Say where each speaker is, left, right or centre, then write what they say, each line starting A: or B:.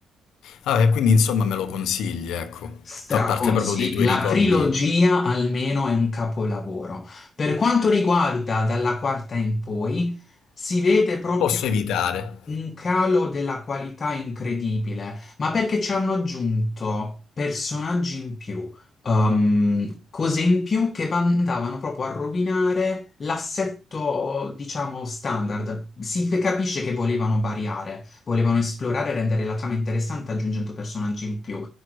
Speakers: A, on the left; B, on the left.
A: Vabbè, quindi insomma me lo consigli, ecco.
B: D'accordo. Straconsiglio.
A: Fa parte proprio dei tuoi
B: La
A: ricordi.
B: trilogia almeno è un capolavoro. Per quanto riguarda dalla quarta in poi, si vede proprio.
A: Posso evitare.
B: un calo della qualità incredibile, ma perché ci hanno aggiunto personaggi in più, ehm, cose in più che van- andavano proprio a rovinare l'assetto, diciamo, standard. Si capisce che volevano variare, volevano esplorare e rendere la trama interessante aggiungendo personaggi in più.